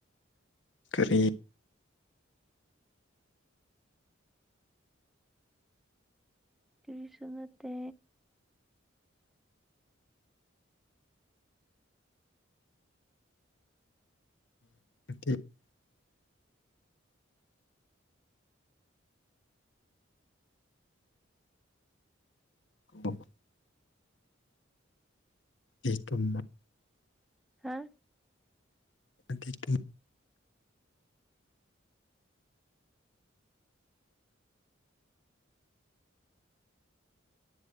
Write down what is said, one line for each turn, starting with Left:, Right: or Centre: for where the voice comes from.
Left: ꯀꯥꯔꯤ
Centre: ꯀꯔꯤꯁꯨ ꯅꯠꯇꯦ
Left: <unintelligible> ꯑꯣ ꯇꯨꯝꯃꯣ
Centre: ꯍꯥꯥ
Left: ꯑꯗꯨꯗꯤ